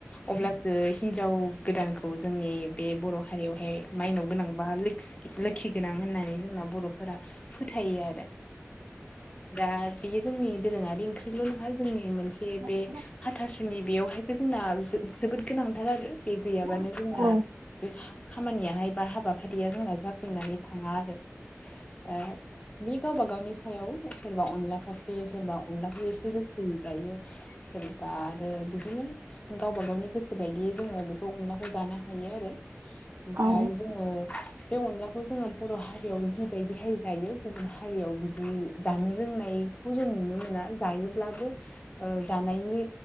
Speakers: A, on the left; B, on the right.
A: अब्लासो हिनजाव गोदानखौ खौ जोंनि बे बर' हारियावहाय माइनाव गोनां बा लोखि लोखि गोनां होननानै जोंना बर' फोरा फोथायो आरो दा बेयो जोंनि दोरोङारि ओंख्रिल' नङा जोंनि मोनसे बे
B: औ
A: हाथासुनि बेयावहायबो जोंना जोबोद गोनांथार आरो बे गैयाबानो
B: औ
A: जोंना बे खामानियाहाय बा हाबाफारिया जोंना जाफुंनानै थाङा आरो दा बे गावबा गावनि सायाव सोरबा अनला फाख्रि सोरबा अनलाखौ एसे बोरैजायो सोरबा आरो बिदिनो गावबा गावनि गोसो बायदियै जोङो बे बे अनलाखौ जानो हायो आरो ओमफ्राय
B: औ
A: जोङो बे अनलाखौ जोङो बर' हा हारियाव जिबायदिहाय जायो गुबुन हारियाव बिदि जानो रोंनाय खौ जों नुनो मोना जायोब्लाबो ओ जानायनि